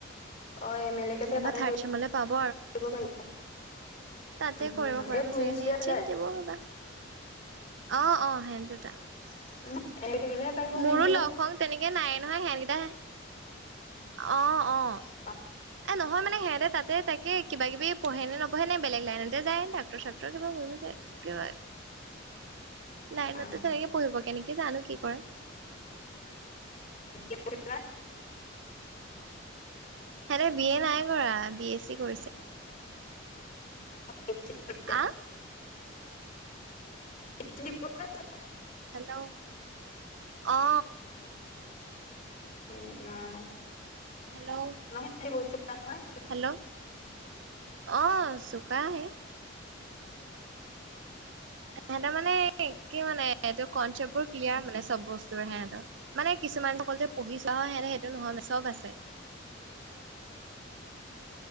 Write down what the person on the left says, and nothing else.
অ', এম এল এ কে চাগে
তাতেই
কৰি <unintelligible>
দিব পাৰিব।
উম,
উম,
এই টুইনচ
যে আছিলে
<unintelligible> থাকিলেহে পাৰিব
নেট দিব
অ,
<inaudible>
অ,
<inaudible>
<inaudible>
<inaudible> <unintelligible>
উম, অ'।
<inaudible>